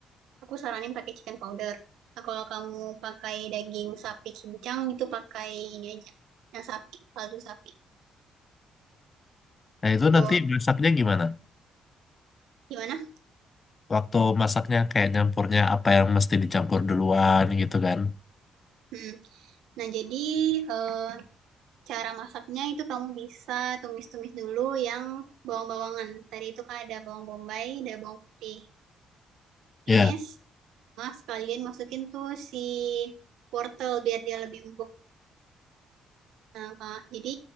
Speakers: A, on the right; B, on the left.
A: aku saranin pakai chicken powder. Nah, kalau kamu pakai daging sapi cincang itu pakai ini aja, yang sapi, kaldu sapi.
B: Nah itu
A: Itu
B: nanti masaknya gimana?
A: gimana?
B: Waktu masaknya kayak nyampurnya apa yang mesti dicampur duluan gitu kan?
A: Hmm. Nah, jadi eh, cara masaknya itu kamu bisa tumis-tumis dulu yang bawang-bawangan. Tadi itu kan ada bawang bombay, ada bawang putih. Tumis,
B: Iya.
A: sama sekalian masukin tuh si wortel biar dia lebih empuk. Kak. Jadi